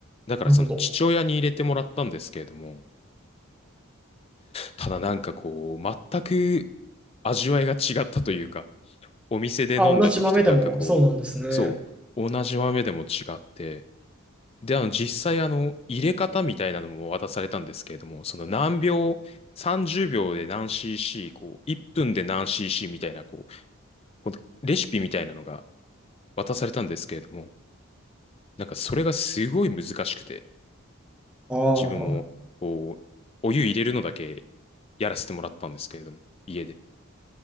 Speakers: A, on the left; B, in the centre.
A: だからその父親に入れてもらったんですけれども、
B: なるほど。
A: ただなんかこう、全く味わいが違ったというか、お店で飲んだ時となんかこう、
B: あ、同じ豆でも、そうなんですね。
A: そう、同じ豆でも違って、で、あの、実際、あの、入れ方みたいなのも渡されたんですけれども、その何秒、30秒で何 cc、こう、1分で何 cc みたいな、こう、このレシピみたいなのが渡されたんですけれども、なんかそれがすごい難しくて、
B: あ
A: 自分も、
B: あ。
A: こう、お湯入れるのだけやらせてもらったんですけれども、家で。